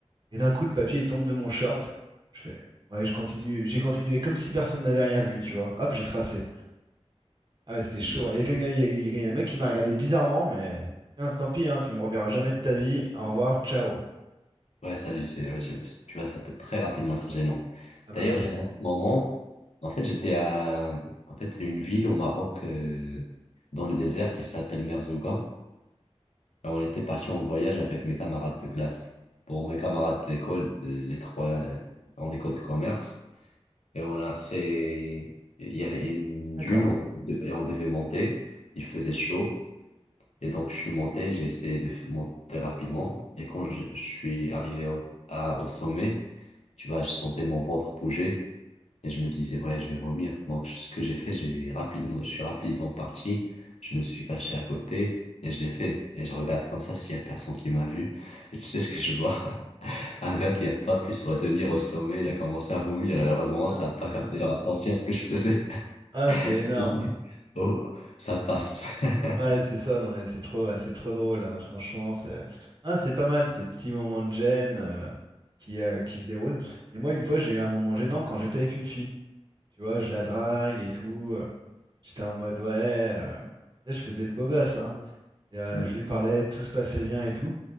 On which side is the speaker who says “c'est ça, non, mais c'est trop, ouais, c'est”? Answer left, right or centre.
Right